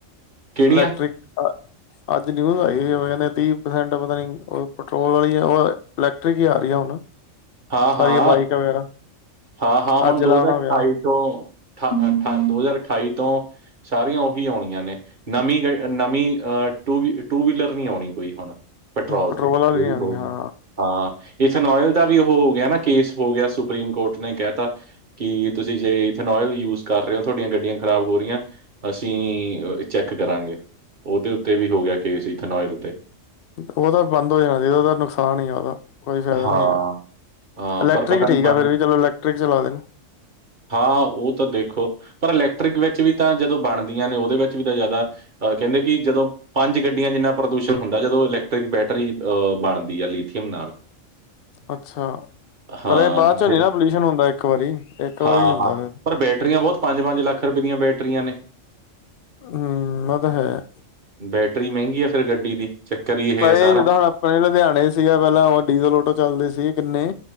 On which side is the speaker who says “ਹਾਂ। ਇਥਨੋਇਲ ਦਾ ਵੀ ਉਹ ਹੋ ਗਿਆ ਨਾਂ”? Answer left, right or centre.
Right